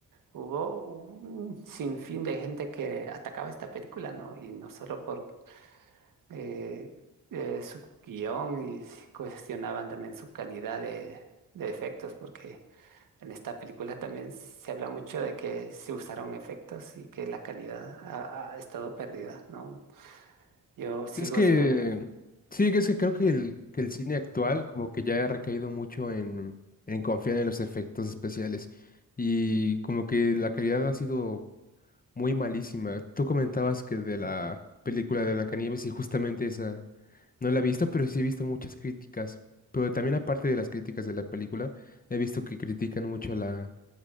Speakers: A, on the right; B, on the left.
A: Hubo un sinfín de gente que atacaba esta película, ¿no? Y no solo por eh, eh, su guión y s- cuestionaban también su calidad de, de efectos, porque en esta película también se habla mucho de que se usaron efectos y que la calidad ha, ha estado perdida, ¿no? Yo sigo
B: Es que,
A: esperando.
B: sí, es que creo que el, que el cine actual como que ya ha recaído mucho en, en confiar en los efectos especiales y como que la calidad ha sido muy malísima. Tú comentabas que de la película de Blancanieves y justamente esa no la he visto, pero sí he visto muchas críticas. Pero también aparte de las críticas de la película, he visto que critican mucho la